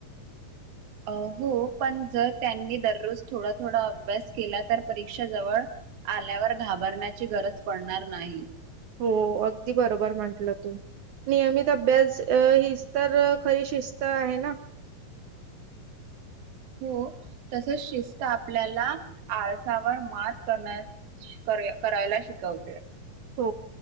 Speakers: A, on the right; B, on the right.
A: अ हो पण, जर त्यांनी दररोज थोडा थोडा अभ्यास केला तर, परीक्षा जवळ आल्यावर घाबरण्याची गरज पडणार नाही.
B: हो. अगदी बरोबर म्हंटलं तू नियमित अभ्यास अ हि तर खरी शिस्त आहे ना.
A: हो. तसच शिस्त आपल्याला आळसावर मात करण्यास करा करायला शिकवते.
B: हो.